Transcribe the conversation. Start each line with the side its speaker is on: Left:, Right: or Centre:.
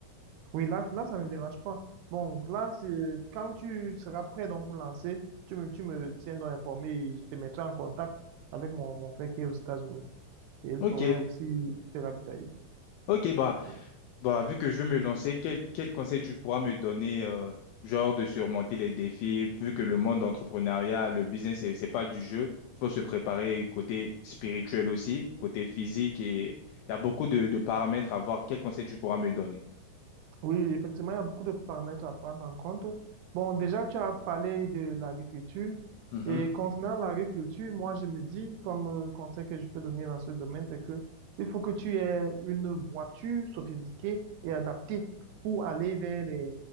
Right: Oui, là, là, ça ne me dérange pas. Bon, là, c'est- quand tu seras prêt donc pour lancer, tu me, tu me tiendras informé et je te mettrai en contact avec mon, mon frère qui est aux États-Unis. Et il
Left: Ok,
Right: pourrait aussi te ravitailler.
Left: ok bah.
Right: Oui.
Left: Bah, vu que je vais me lancer, quel, quel conseil tu pourras me donner, euh, genre de surmonter les défis, vu que le monde d'entrepreneuriat, le business, c'est, c'est pas du jeu. Il faut se préparer côté spirituel aussi, côté physique et il y a beaucoup de, de paramètres à voir. Quel conseil tu pourras me donner?
Right: Oui, effectivement, il y a beaucoup de paramètres à prendre en compte. Bon, déjà, tu as parlé de l'agriculture.
Left: Mhm.
Right: Et concernant l'agriculture, moi, je me dis, comme euh, conseil que je peux donner dans ce domaine, c'est que il faut que tu aies une voiture sophistiquée et adaptée pour aller vers les,